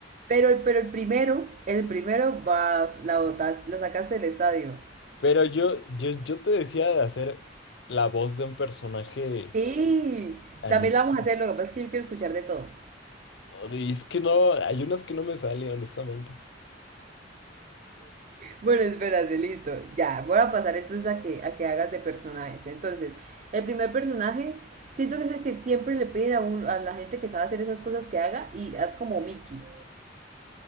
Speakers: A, on the right; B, on the left.
A: Pero, el- pero el primero, el primero va, la botaste, la sacaste del estadio.
B: Pero yo, yo, yo te decía de hacer la voz de un personaje
A: Sí,
B: animado.
A: también la vamos a hacer, lo que pasa es que yo quiero escuchar de todo.
B: Y es que no, hay unas que no me salen, honestamente.
A: Bueno, espérate, listo. Ya, voy a pasar entonces a que, a que hagas de personajes. Entonces, el primer personaje, siento que es el que siempre le piden a, un, a la gente que sabe hacer esas cosas que haga y haz como Mickey.